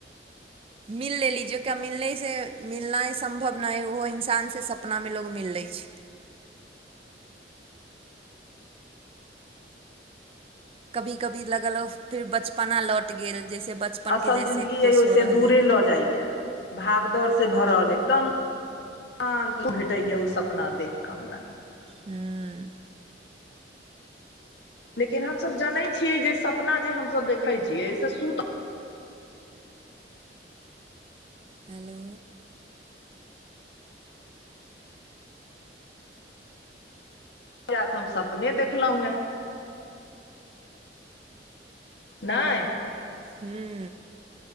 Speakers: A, on the right; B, on the left.
A: मिल लेली जकि मिललसँ मिलना ही सम्भव नहि है ओहो इन्सानसँ सपनामे लोकोग मिल लै छै कभी कभी लगल फेर बचपना लौट गेल जैसे बचपनके
B: असल
A: जैसे
B: जिन्दगी
A: खुश
B: यइ उहिसे
A: हो रहली
B: दूरे
A: हँ
B: लऽ जाइए भागदौड़ से भरल एकदम शान्त भेटैए ओ सपना देख कऽ हमरा
A: हुँ
B: लेकिन हमस जनै छियै जे सपना जे हमस देखे छियै से सुतल
A: हेलो
B: परा तऽ हम सपने देखलहुँ हेँ नहिइ
A: हुँ